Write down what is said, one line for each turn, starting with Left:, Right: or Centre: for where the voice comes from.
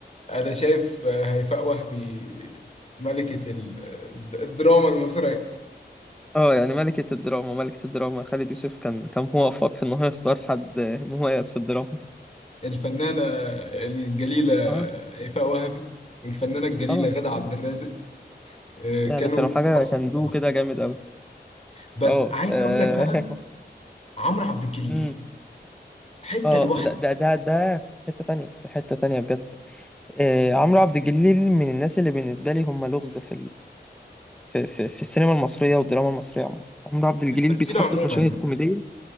Left: انا شايف هيفاء وهبي ملكة ال- الدراما المصرية
Centre: اه يعني ملكة الدراما ملكة الدراما خالد يوسف كان كان موفق في ان هو يختار حد مميز في الدراما <laughs>
Left: الفنانة الجليلة
Centre: اه
Left: هيفاء وهبي والفنانة الجليلة
Centre: طبعا
Left: غادة عبد الرازق آه،
Centre: يعني
Left: كانوا
Centre: كانوا حاجة
Left: تحفة
Centre: كان
Left: الصراحة
Centre: دو كده جامد قوي
Left: بس
Centre: اه
Left: عايز
Centre: آه،
Left: أقول لك بقى
Centre: <laughs>
Left: عمرو عبد الجليل
Centre: امم
Left: حتة
Centre: اه
Left: لوحده
Centre: لا ده ده ده في حتة تانية في حتة تانية بجد آه عمرو عبد الجليل من الناس اللي بالنسبة لي هم لغز في في في في السينما المصرية والدراما المصرية عموما عمرو عبد الجليل
Left: تمثيله
Centre: بيتحط
Left: عموما
Centre: في مشاهد كوميدية